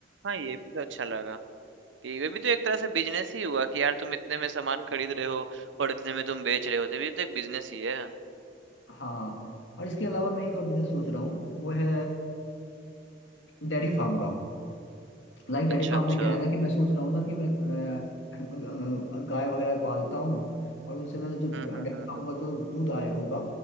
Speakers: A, on the right; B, on the left.
A: हाँ ये भी तो अच्छा लगा कि वे भी तो एक तरह से बिजनेस ही हुआ कि यार तुम इतने में सामान खरीद रहे हो और इतने में तुम बेच रहे हो तो ये तो एक बिजनेस ही है
B: हाँ हाँ। और इसके अलावा मैं एक और बिजनेस सोच रहा हूँ वो है डेयरी फार्म का लाइक डेयरी
A: अच्छा
B: फार्म
A: अच्छा
B: में क्या है
A: हम्म
B: ना कि मैं सोच रहा हूँ ना कि मैं अ, अ, गाय वगैरह पालता हूँ और उनसे मैं जो डेयरी
A: हम्म हम्म
B: फार्म
A: हम्म।
B: का जो दूध आए होगा